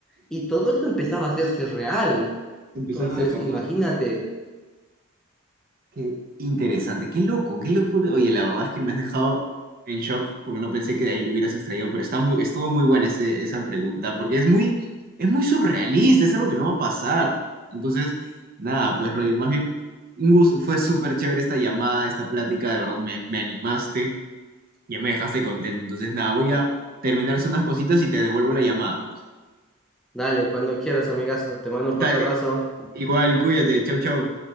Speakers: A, in the centre; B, on the right (about 45°).
A: y todo eso empezaba a hacerse real.
B: Se empiezan
A: Entonces,
B: a deformar.
A: imagínate,
B: Qué interesante, qué loco, qué locura. Oye, la verdad es que me has dejado en shock porque no pensé que de ahí lo hubieras extraído, pero está muy, estuvo muy buena ese- esa pregunta porque es muy, es muy surrealista, es algo que no va a pasar. Entonces, nada, pues Roger, más bien, un gusto, fue súper chévere esta llamada, esta plática, de verdad me, me animaste, ya me dejaste contento. Entonces, nada, voy a terminarse unas cositas y te devuelvo la llamada, pues.
A: dale, cuando quieras, amigazo, te mando un
B: Dale,
A: fuerte abrazo.
B: igual, cuídate, chau, chau.